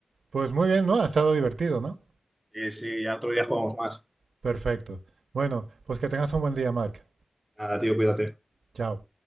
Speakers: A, on the right (about 90°); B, on the right (about 15°).
A: Pues muy bien, ¿no? Ha estado divertido, ¿no?
B: Sí, sí, ya otro día jugamos más.
A: Perfecto. Bueno, pues que tengas un buen día, Marc.
B: Nada, tío, cuídate.
A: Chao.